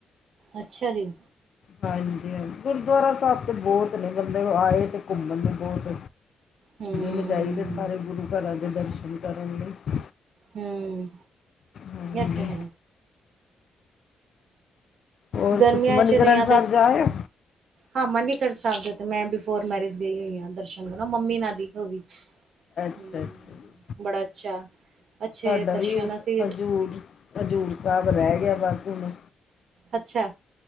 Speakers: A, on the right; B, on the left.
A: ਅੱਛਾ ਜੀ।
B: ਹਾਂਜੀ ਹਾਂਜੀ ਗੁਰਦੁਆਰਾ ਸਾਹਿਬ ਤੇ ਬਹੁਤ ਨੇ ਬੰਦੇ ਆਏ ਤੇ ਘੁੰਮਣ ਲਈ ਬਹੁਤ।
A: ਹੂੰ
B: ਦਿਨ ਚਾਹੀਦੇ ਹੈ ਸਾਰੇ ਗੁਰੂ ਘਰਾਂ ਦੇ ਦਰਸ਼ਨ ਕਰਨ ਲਈ।
A: ਹੂੰ,
B: ਹਾਂਜੀ
A: ਤੇ ਹੈ।
B: ਹੋਰ
A: ਗਰਮੀਆਂ
B: ਤੁਸੀਂ ਮਨੀਕਰਨ
A: ਚ ਜਾ
B: ਸਾਹਿਬ
A: ਤੇ।
B: ਆਏ ਹੋ
A: ਹਾਂ ਮਨੀਗੜ੍ਹ ਸਾਹਿਬ ਦੇ ਮੈਂ ਬਿਫੋਰ ਮੈਰਿਜ ਗਈ ਹੋਈ ਹਾਂ ਦਰਸ਼ਨ। ਮੰਮੀ ਨਾ ਦੀ ਹੋਗਈ
B: ਅੱਛਾ ਅੱਛਾ
A: ਹਮ
B: ਜੀ
A: ਬੜਾ ਅੱਛਾ। ਅੱਛੇ
B: ਸਾਡਾ
A: ਦਰਸ਼ਨ
B: ਵੀ
A: ਅਸੀਂ
B: ਹਜ਼ੂਰ ਹਜ਼ੂਰ ਸਾਹਿਬ ਰਹਿ ਗਿਆ ਬਸ ਹੁਣ
A: ਅੱਛਾ